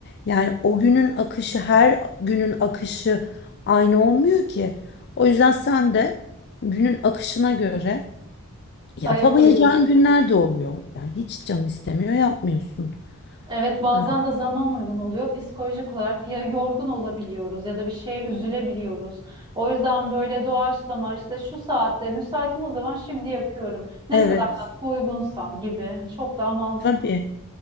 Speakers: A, on the left (about 50°); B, on the right (about 20°).
A: Yani o günün akışı her günün akışı aynı olmuyor ki. O yüzden sen de günün akışına göre yapamayacağın
B: Ayak uydururuz
A: günler
B: evet.
A: de oluyor. Yani hiç canın istemiyor yapmıyorsun.
B: Evet bazen
A: Evet,
B: de zaman uygun oluyor. Psikolojik olarak ya yorgun olabiliyoruz ya da bir şeye üzülebiliyoruz. O yüzden böyle doğaçlama işte şu saatte müsaitim o zaman şimdi yapıyorum. Ne
A: evet
B: kadar da uygunsam gibi çok daha mantıklı.
A: tabii.